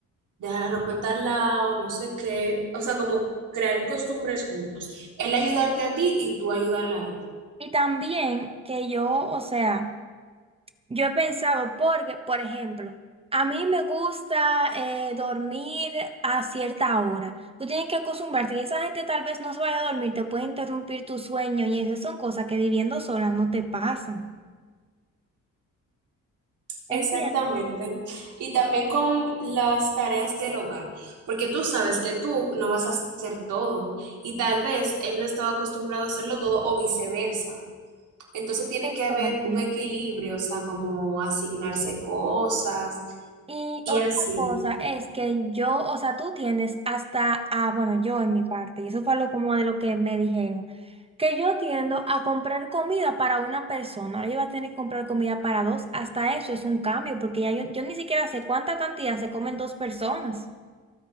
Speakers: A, on the right; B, on the right.
A: deja la ropa en tal lado, no sé qué. O sea, como crear costumbres juntos. Él ayudarte a ti y tú ayudarla a él.
B: Y también que yo, o sea, yo he pensado, porque, por ejemplo, a mí me gusta eh, dormir a cierta hora. Tú tienes que acostumbrarte y esa gente tal vez no se vaya a dormir, te puede interrumpir tu sueño y esas son cosas que viviendo sola no te pasan. ¿Entiendes?
A: Exactamente. Y también con las tareas del hogar, porque tú sabes que tú no vas a hacer todo y tal vez él no estaba acostumbrado a hacerlo todo o viceversa. Entonces tiene
B: Exacto.
A: que haber un equilibrio, o sea, como asignarse cosas
B: Y
A: y
B: otra
A: así.
B: cosa es que yo, o sea, tú tiendes hasta a, bueno, yo en mi parte, y eso fue lo como de lo que me dijeron, que yo tiendo a comprar comida para una persona, ahora yo voy a tener que comprar comida para dos, hasta eso es un cambio, porque ya yo, yo ni siquiera sé cuánta cantidad se comen dos personas.